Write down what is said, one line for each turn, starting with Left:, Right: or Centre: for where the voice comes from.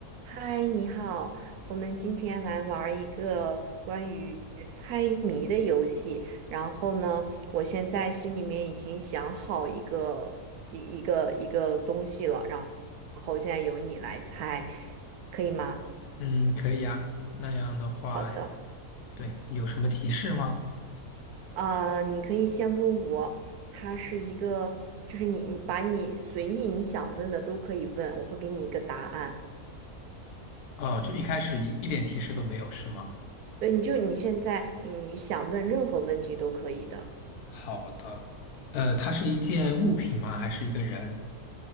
Right: 嗨，你好，我们今天来玩儿一个关于猜谜的游戏。然后呢，我现在心里面已经想好一个一一个一个东西了，然后现在由你来猜，可以吗？
Left: 嗯，可以呀。那样的话，
Right: 好的，
Left: 对，有什么提示吗？
Right: 呃，你可以先问我，它是一个，就是你你把你随意你想问的都可以问，我会给你一个答案。
Left: 哦，就一开始一一点提示都没有，是吗？
Right: 对，你就你现在你想问任何问题都可以的。
Left: 好的。呃，它是一件物品吗？还是一个人？